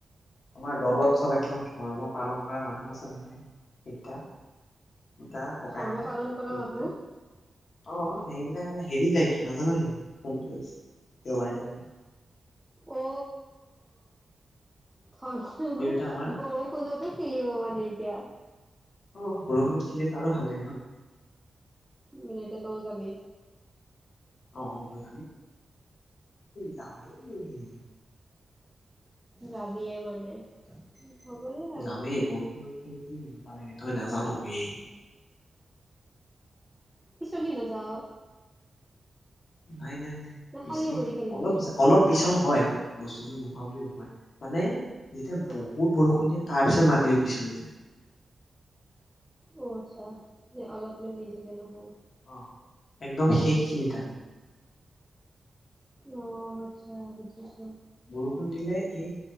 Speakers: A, on the left; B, in the centre.
A: আমাৰ দলত চব একদম ধৰ্ম পালন কৰা মানুহ আছে নহয় সেইকেইটা। তা ককাই
B: ধৰ্ম
A: ভাই
B: পালন কৰা
A: এই
B: মানুহ
A: দুটাই। অ সেই বিলাকটো হেৰি যাইটো নাজান নেকি দেওবাৰে।
B: অ বৰষুণতে
A: এই দুটা আমাৰ
B: খেলিব মানে এতিয়া।
A: অ বৰষুণতো খেলী আৰু ভাল লাগে ন।
B: নিলেটো তও যাবি।
A: অ মই যাম হেই যামেই।
B: যাবিয়ে মানে হ'ব দে আৰু
A: যামেই বৰষুণত খেলি কি মজা লাগে তই নাজান বে
B: পিছলি নাযাওঁ।
A: <inaudible> নাই নাই নাই পিছলি
B: খালী ভৰি খেলবি
A: অলপ অলপ পিছল। হয় বস্তুতো নোহোৱা বুলি নহয় মানে। এতিয়া
B: অ
A: বহুত বৰষুণ দিয়ে। তাৰপিছত মাটিতো পিচলি যায়।
B: অ আচ্ছা অলপমেণ্ট নিদিলে নহয়।
A: অ একদম শেষখিনিত আৰু।
B: অ আচ্ছা বুজিছোঁ।
A: বৰষুণ দিলে এই।